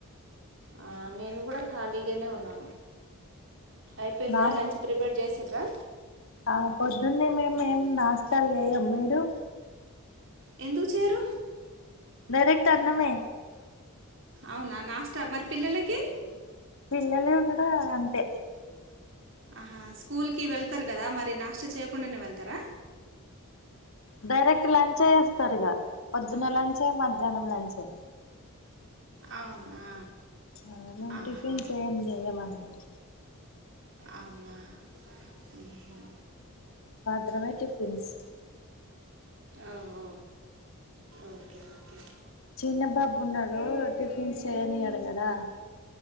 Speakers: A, on the right; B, on the left.
A: ఆ నేను గూడా ఖాళీగానే ఉన్నాను. అయిపోయిందా
B: నాస్
A: లంచ్ ప్రిపేర్ చేసిర్రా
B: ఆ పొద్దున్నే మేము ఏం నాస్తాల్ చెయ్యం. మీరు?
A: ఎందుకు చేయ్రూ
B: డైరెక్ట్ అన్నమే
A: అవునా నాస్త మరి పిల్లలకి?
B: పిల్లలు గూడా అంతే?
A: ఆహా స్కూల్కి వెళ్తారు కదా. మరి నాష్ట చేయకుండానే వెళ్తారా?
B: డైరెక్ట్ లంచే చేస్తారు ఇగ. పొద్దున్న లంచే, మధ్యాహ్నం లంచే.
A: అవునా
B: ఆ మేం
A: ఆహా
B: టిఫిన్ ఏం చేయమన్నట్టు.
A: అవునా మ్మ్.
B: త్రమే టిఫిన్స్
A: ఆఓ ఓకే ఓకే
B: చిన్న బాబు ఉన్నాడు. టిఫిన్స్ చేయనీయడు గదా.